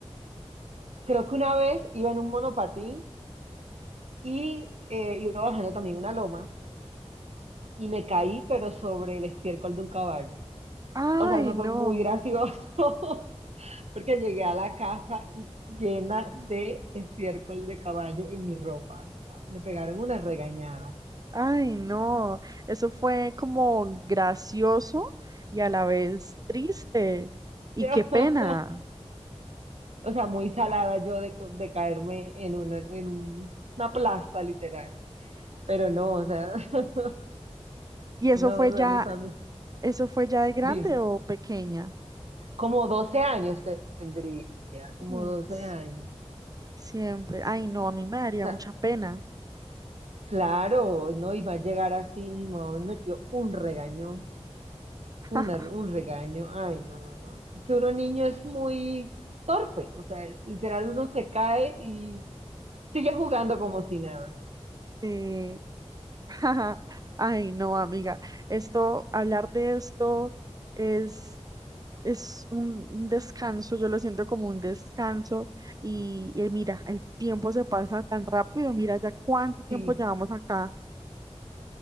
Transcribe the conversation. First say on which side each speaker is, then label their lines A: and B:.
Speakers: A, on the right; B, on the right.
A: Creo que una vez iba en un monopatín y eh, iba bajando también una loma y me caí, pero sobre el estiércol de un caballo.
B: Ay,
A: O sea, eso
B: no.
A: fue muy gracioso. <laughs> porque llegué a la casa y- llena de estiércol de caballo en mi ropa. O sea, me pegaron una regañada.
B: Ay, no, eso fue como gracioso y a la vez triste. Y
A: <laughs>
B: qué pena.
A: O sea, muy salada yo de, co- de caerme en una, en un- una plasta, literal. Pero no, o sea, <laughs>
B: ¿Y eso
A: no,
B: fue
A: o
B: ya,
A: sea, mi familia.
B: eso fue ya de grande
A: Dime,
B: o pequeña?
A: como 12 años te- tendría, como
B: Mm,
A: 12
B: s-
A: años. O
B: Siempre. Ay, no, a mí me daría
A: sea,
B: mucha pena.
A: claro, no iba a llegar así, mi mamá me metió un regañón.
B: <laughs>
A: Una- un regaño, ay, no, no, no. Es que uno niño es muy torpe, o sea, literal uno se cae y sigue jugando como si nada.
B: Sí. <laughs> Ay, no, amiga. Esto, hablar de esto es es un un descanso, yo lo siento como un descanso y, y mira, el tiempo se pasa tan rápido, mira ya cuánto tiempo
A: Sí,
B: llevamos acá.